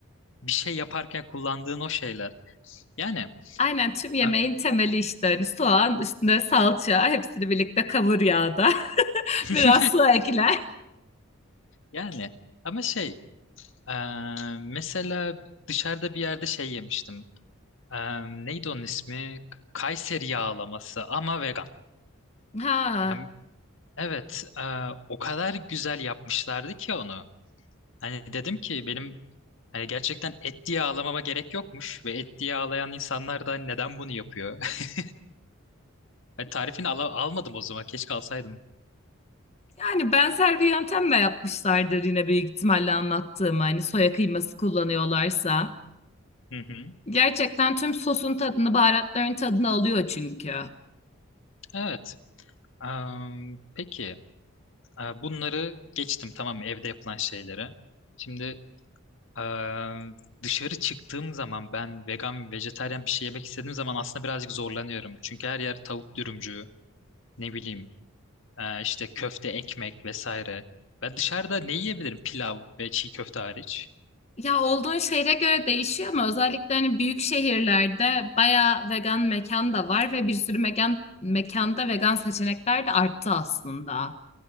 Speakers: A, on the left; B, on the left.
A: bir şey yaparken kullandığın o şeyler. Yani
B: Aynen tüm yemeğin
A: a-
B: temeli işte hani soğan, üstüne salça, hepsini birlikte kavur yağda. <laughs>
A: <laughs>
B: Biraz su ekle.
A: yani ama şey e, mesela dışarıda bir yerde şey yemiştim. E, neydi onun ismi? Kayseri yağlaması ama vegan.
B: Ha,
A: Yani evet e, o kadar güzel yapmışlardı ki onu. Hani dedim ki benim hani gerçekten et diye ağlamama gerek yokmuş ve et diye ağlayan insanlar da hani neden bunu yapıyor? <laughs> Hani tarifini ala- almadım o zaman. Keşke alsaydım.
B: yani benzer bir yöntemle yapmışlardır yine büyük ihtimalle anlattığım hani soya kıyması kullanıyorlarsa.
A: Hı hı.
B: Gerçekten tüm sosun tadını, baharatların tadını alıyor çünkü.
A: Evet. Am, peki. Aa, bunları geçtim tamam mı? Evde yapılan şeylere. Şimdi aa, dışarı çıktığım zaman ben vegan, vejetaryen bir şey yemek istediğim zaman aslında birazcık zorlanıyorum. Çünkü her yer tavuk dürümcü, ne bileyim aa, işte köfte, ekmek vesaire. Ben dışarıda ne yiyebilirim pilav ve çiğ köfte hariç?
B: Ya olduğun şehre göre değişiyor ama özellikle hani büyük şehirlerde bayağı vegan mekan da var ve bir sürü mekan mekanda vegan seçenekler de arttı aslında.